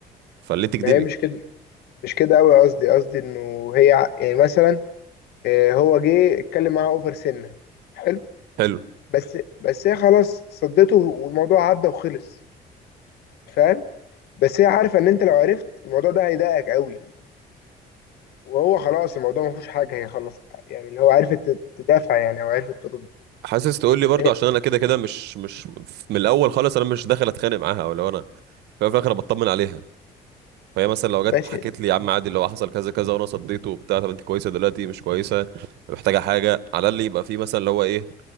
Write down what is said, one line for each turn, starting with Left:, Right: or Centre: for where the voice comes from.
Right: فليه تكدبي
Left: ما هي مش كده مش كده قوي قصدي قصدي انه هي ع- يعني مثلا آه، هو جه اتكلم معاها اوفر سنه حلو
Right: حلو
Left: بس بس هي خلاص صدته والموضوع عدى وخلص فاهم بس هي عارفه ان انت لو عرفت الموضوع ده هيضايقك قوي وهو خلاص الموضوع ما فيهوش حاجه هي خلص يعني اللي هو عرفت تدافع يعني او عرفت ترد
Right: حاسس تقول لي برضه
Left: هي-
Right: عشان انا كده كده مش مش من الاول خالص انا مش داخل اتخانق معاها او لو انا في الأول وفي الاخر أنا بطمن عليها فهي مثلا لو
Left: ماشي
Right: جت حكيت لي يا عم عادي اللي هو حصل كذا كذا وانا صديته وبتاع طب انت كويسه دلوقتي مش كويسه محتاجه حاجه على اللي يبقى في مثلا اللي هو ايه